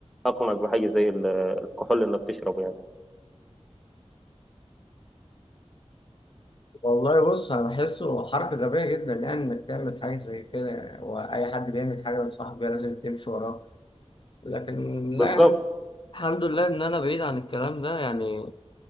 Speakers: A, in the centre; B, on the left (about 45°).
A: اقنعك بحاجة زي ال- الكحول انك تشربه يعني
B: والله بص أنا بحسه حركة غبية جدا يعني إنك تعمل حاجة زي كده يعني وأي حد بيعمل حاجة بنصحك بيها لازم تمشي وراه لكن لا
A: بالظبط
B: الحمد لله إن أنا بعيد عن الكلام ده يعني